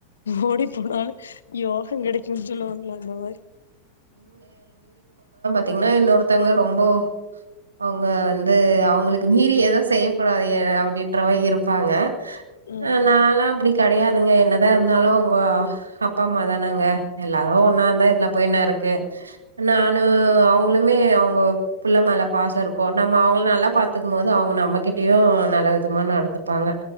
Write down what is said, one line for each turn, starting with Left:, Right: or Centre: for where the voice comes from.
Left: ஓடி போனாலு யோகோ கெடைக்கும்னு சொல்லுவாங்களா அந்த மாதிரி
Right: பாத்தீங்கன்னா இன்னொருத்தங்க ரொம்போ அவுங்க வந்து அவுங்களுக் க்கு மீறி எதுவு செய்யக்குடா ஐய்யே அப்டின்ற மாரி இருப்பாங்க
Left: ம்
Right: ஆ நாலா
Left: ம்
Right: அப்புடி கெடையாதுங்க என்னதா இருந்தாலு உங்கோ அப் அப்பா அம்மா தானங்க எல்லாரு ஒன்னா இருந்தா இதுல போய் என்ன கே நானு அவுங்ளுமே அவுங்கொ புள்ளெ மேல பாசருக்கு நம்ம அவுங்ள நல்லா பாத்துக்கும் போது அவுங் நம்மகிட்டியு நலர் துமா நடந்துப்பாங்க